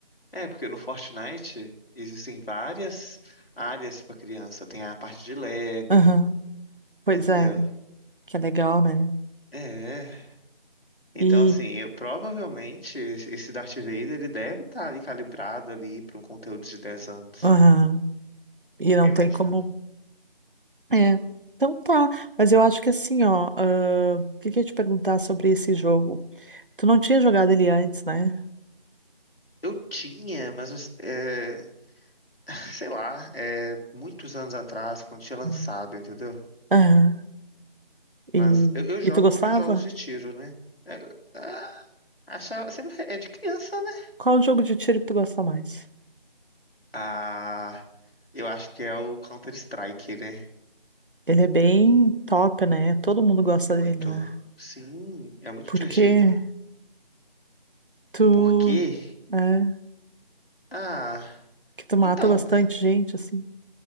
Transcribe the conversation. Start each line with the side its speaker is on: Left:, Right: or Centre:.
Left: é, porque no Fortnite existem várias áreas pra criança. Tem a parte de Lego,
Right: Aham. Pois
Left: entendeu?
Right: é, que é legal, né?
Left: É. Então,
Right: E,
Left: assim, eu, provavelmente esse esse Darth Vader ele deve estar ali calibrado ali para um conteúdo de 10 anos,
Right: aham. E não
Left: eu imagino.
Right: tem como. É. Então tá. Mas eu acho que assim, ó. ah, O que que eu ia te perguntar sobre esse jogo? Tu não tinha jogado ele antes, né?
Left: Eu tinha, mas eu- é, <laughs> sei lá, é, muitos anos atrás, quando tinha lançado,
Right: Hum.
Left: entendeu?
Right: Aham. E,
Left: Mas eu, eu jogo
Right: e tu gostava?
Left: outros jogos de tiro, né? É, ah, acha- sempre é de criança, né?
Right: Qual o jogo de tiro que tu gosta mais?
Left: Ah, eu acho que é o Counter-Strike, né?
Right: Ele é bem top, né? Todo mundo gosta
Left: Muito.
Right: dele, né?
Left: Sim, é muito
Right: Porque
Left: divertido.
Right: tu.
Left: Porque.
Right: É.
Left: Ah,
Right: Que tu mata
Left: então.
Right: bastante
Left: é-
Right: gente, assim.